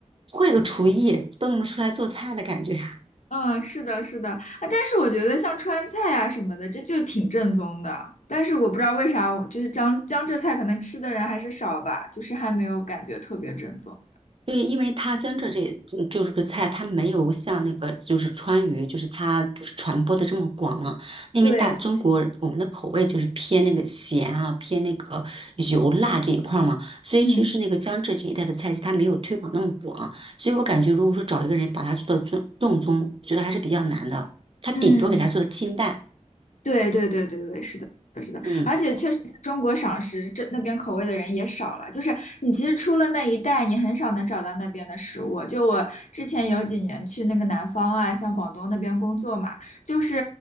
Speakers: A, on the right (about 45°); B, on the left (about 75°).
A: 会个厨艺都能出来做菜的感觉。
B: 嗯，是的，是的，啊，但是我觉得像川菜啊什么的，这就挺正宗的。但是我不知道为啥我，就是江江浙菜可能吃的人还是少吧，就是还没有感觉特别正宗。
A: 对，因为它江浙这嗯就是个菜，它没有像那个就是川渝，就是它就是传播的这么广嘛。因为大中国我们的口味就是偏那个咸啊，
B: 对的，
A: 偏那个油辣这一块儿嘛，所以其实那个江浙这一带的菜系它没有推广那么广，
B: 嗯
A: 所以我感觉如果说找一个人把它做到正正宗，我觉得还是比较难的。他顶多给它做的清淡，
B: 嗯。对对对对对，是的，是的，
A: 嗯
B: 而且确实是中国赏识这那边口味的人也少了。就是你其实出了那一带，你很少能找到那边的食物。就我之前有几年去那个南方啊，像广东那边工作嘛，就是